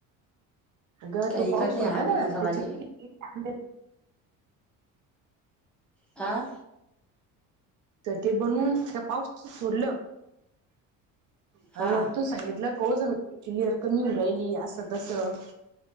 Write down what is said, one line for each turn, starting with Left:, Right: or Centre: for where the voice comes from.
Right: अगं
Centre: काही
Right: तो पाऊस
Centre: करते
Right: होता
Centre: अमेरिकावाले
Right: ना त्याचे कृत्रिम <unintelligible>
Centre: आ
Right: तर ते बनवून त्या पाऊसात सोडलं आणि
Centre: हा
Right: वरतून सांगितलं <inaudible> लेअर कमी होवू राहिली असं तसं.